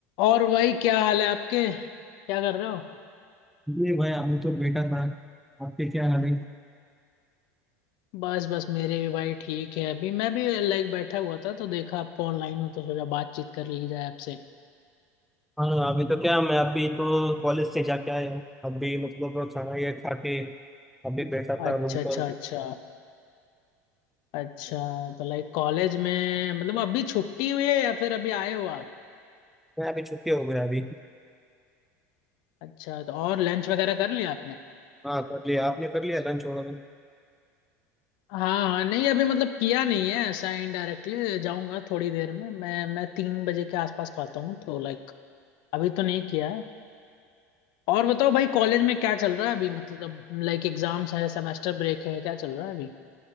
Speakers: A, on the left; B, in the centre.
A: और भाई क्या हाल है आपके क्या कर रहे हो
B: ये भाई अभी तो बेटा था आपके क्या हाल है
A: बस बस मेरे भी भाई ठीक है अभी मैं भी लाइक बैठा हुआ था तो देखा आप ऑनलाइन हो तो सोचा बातचीत कर ली जाए आपसे
B: हाँ अभी तो क्या मैं अभी तो कॉलेज से जाके आया हूँ अभी मतलब खाना ये खा के अभी बैठा था
A: अच्छा
B: रूम
A: अच्छा
B: पर
A: अच्छा अच्छा तो लाइक कॉलेज में मतलब अभी छुट्टी हुई है या फिर अभी आए हो आप
B: मैं अभी छुट्टी हो गया अभी
A: अच्छा तो और लंच वगैरह कर लिया आपने
B: हाँ कर लिया आपने कर लिया लंच वगैरह
A: हाँ हाँ नहीं अभी मतलब किया नहीं है ऐसा इनडायरेक्टली जाऊंगा थोड़ी देर में मैं मैं तीन बजे के आसपास खाता हूँ तो लाइक अभी तो नहीं किया है और बताओ भाई कॉलेज में क्या चल रहा है अभी मतलब लाइक एग्जाम्स है सेमेस्टर ब्रेक है क्या चल रहा है अभी